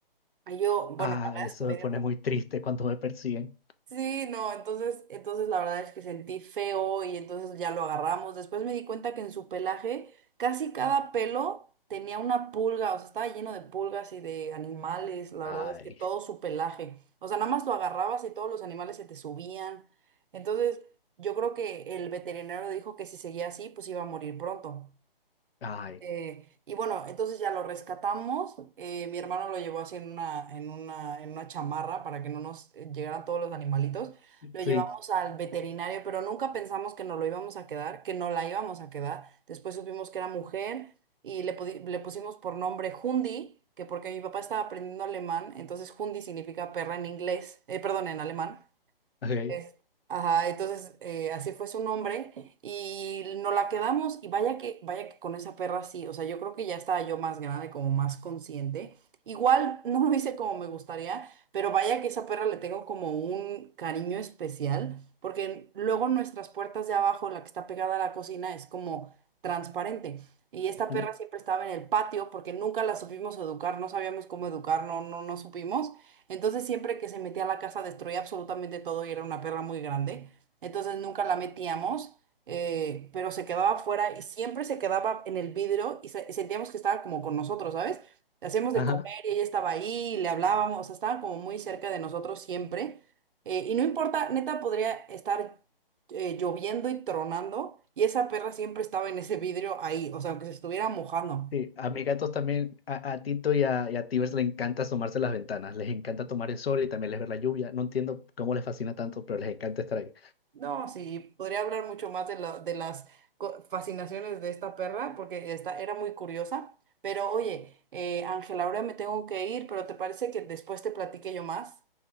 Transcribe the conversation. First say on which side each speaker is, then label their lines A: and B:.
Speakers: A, on the right; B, on the left.
A: Ay, Yo, bueno,
B: Ay,
A: la verdad es
B: eso
A: que me
B: me
A: dio...
B: pone
A: mu-
B: muy triste cuando me persiguen.
A: Sí, no, entonces, entonces la verdad es que sentí feo y entonces ya lo agarramos. Después me di cuenta que en su pelaje casi cada pelo tenía una pulga, o sea, estaba lleno de pulgas y de animales, la
B: Ay,
A: verdad es que todo su pelaje. O sea, nada más lo agarrabas y todos los animales se te subían. Entonces, yo creo que el veterinario dijo que si seguía así, pues iba a morir pronto.
B: ay,
A: Eh, y bueno, entonces ya lo rescatamos. eh, mi hermano lo llevó así en una, en una, en una chamarra para que no nos eh, llegaran todos los animalitos. Lo
B: sí,
A: llevamos al veterinario, pero nunca pensamos que nos lo íbamos a quedar, que no la íbamos a quedar. Después supimos que era mujer y le, pudi- le pusimos por nombre Hundi, que porque mi papá estaba aprendiendo alemán, entonces Hundi significa perra en inglés, eh, perdón, en alemán.
B: ok.
A: Es- ajá, entonces eh, así fue su nombre y nos la quedamos y vaya que, vaya que con esa perra sí, o sea, yo creo que ya estaba yo más grande, como más consciente. Igual no lo hice como me gustaría, pero vaya que esa perra le tengo como un cariño especial, porque luego nuestras puertas de abajo, la que está pegada a la cocina, es como transparente. Y esta perra
B: ujú,
A: siempre estaba en el patio porque nunca la supimos educar, no sabíamos cómo educar, no, no, no supimos. Entonces siempre que se metía a la casa destruía absolutamente todo y era una perra muy grande. Entonces nunca la metíamos, eh, pero se quedaba afuera y siempre se quedaba en el vidrio y se- sentíamos que estaba como con nosotros, ¿sabes? Le hacíamos
B: Ajá.
A: de comer y ella estaba ahí, y le hablábamos, o sea, estaba como muy cerca de nosotros siempre. Eh, y no importa, neta podría estar eh, lloviendo y tronando y esa perra siempre estaba en ese vidrio ahí, o sea, aunque se estuviera mojando.
B: Sí, a mis gatos también, a, a Tito y a, y a Tibers le encanta asomarse a las ventanas, les encanta tomar el sol y también les ver la lluvia. No entiendo cómo les fascina tanto, pero les encanta estar ahí.
A: No, sí, podría hablar mucho más de, la- de las co- fascinaciones de esta perra, porque esta era muy curiosa. Pero oye, eh, Ángela, ahora me tengo que ir, pero ¿te parece que después te platique yo más?